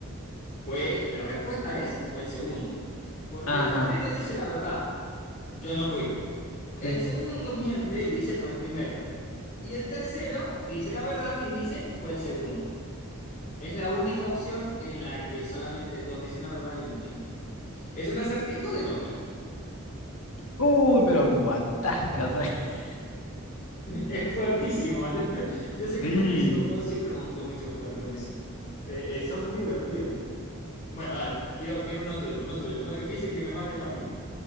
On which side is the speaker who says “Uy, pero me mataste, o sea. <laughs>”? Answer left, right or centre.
Left